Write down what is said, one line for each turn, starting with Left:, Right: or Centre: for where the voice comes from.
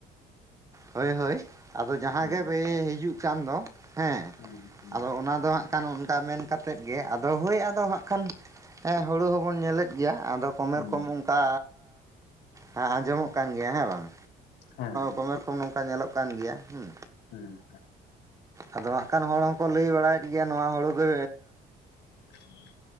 Right: ᱦᱳᱭ ᱦᱳᱭ ᱟᱫᱚ ᱡᱟᱦᱟᱸ
Left: ᱦᱮᱸ
Right: ᱜᱮ ᱦᱤᱡᱩᱜ ᱠᱟᱱ ᱫᱚ ᱦᱮᱸ
Left: ᱦᱩᱸ ᱦᱩᱸ
Right: ᱟᱫᱚ ᱚᱱᱟ ᱫᱚ ᱚᱱᱠᱟ ᱢᱮᱱ ᱠᱟᱛᱮᱫ ᱜᱮ ᱟᱫᱚ ᱦᱳᱭ ᱟᱫᱚ ᱦᱟᱸᱜ ᱠᱷᱟᱱ ᱦᱮᱸ ᱦᱩᱲᱩ ᱦᱚᱸᱵᱚᱱ ᱧᱮᱞᱮᱫ ᱜᱮᱭᱟ ᱟᱫᱚ ᱠᱚᱢᱮᱨ
Left: ᱦᱩᱸ
Right: ᱠᱚᱢ ᱚᱱᱠᱟ ᱦᱮᱸ ᱟᱸᱡᱚᱢᱚᱜ ᱠᱟᱱ ᱜᱮᱭᱟ ᱦᱮᱸ ᱵᱟᱝ
Left: ᱦᱮᱸ
Right: ᱠᱚᱢᱮᱨᱚᱠᱚᱢ ᱱᱚᱝᱠᱟ ᱧᱮᱞᱚᱜ ᱠᱟᱱ ᱜᱮᱭᱟ ᱦᱩᱸ
Left: ᱦᱩᱸ
Right: ᱟᱫᱚ ᱦᱟ. ᱜ ᱠᱷᱟᱱ ᱦᱚᱲ ᱦᱚᱸᱠᱚ ᱞᱟᱹᱭ ᱵᱟᱲᱟᱭᱮᱫ ᱜᱮᱭᱟ ᱱᱚᱣᱟ ᱦᱩᱲᱩ ᱜᱮ
Left: <unintelligible>